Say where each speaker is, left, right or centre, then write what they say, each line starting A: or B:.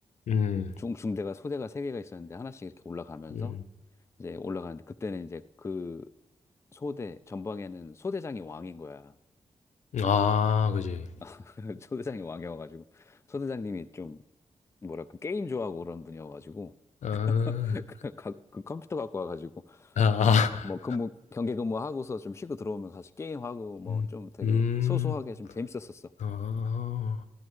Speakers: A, on the left; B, on the left.
A: 음.
B: 중 중대가 소대가 세 개가 있었는데 하나씩 이렇게 올라가면서
A: 음.
B: 이제 올라가는데 그때는 이제 그 소대 전방에는 소대장이 왕인 거야.
A: 아 그지.
B: <laughs> 소대장이 왕이어가지고 소대장님이 좀 뭐랄까 게임 좋아하고 그런 분이어가지고 <laughs>
A: 아.
B: 그 가- 그 컴퓨터 갖고 와가지고
A: 아. 아.
B: 뭐 근무 경계 근무하고서 좀 쉬고 들어오면 다시 게임하고 뭐
A: 음.
B: 좀 되게
A: 음.
B: 소소하게 좀 재밌었었어.
A: 아.